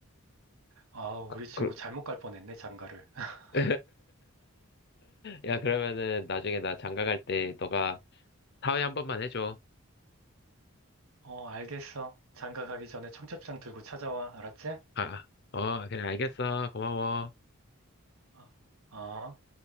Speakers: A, on the right; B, on the left.
A: 아, 우리
B: 그,
A: 친구
B: 그,
A: 잘못 갈 뻔했네, 장가를. <laughs>
B: <laughs> 야, 그러면은 나중에 나 장가 갈 때 너가 사회 한 번만 해줘.
A: 어, 알겠어. 장가 가기 전에 청첩장 들고 찾아와, 알았지?
B: 아, 어, 그래, 알겠어. 고마워.
A: 어. 어.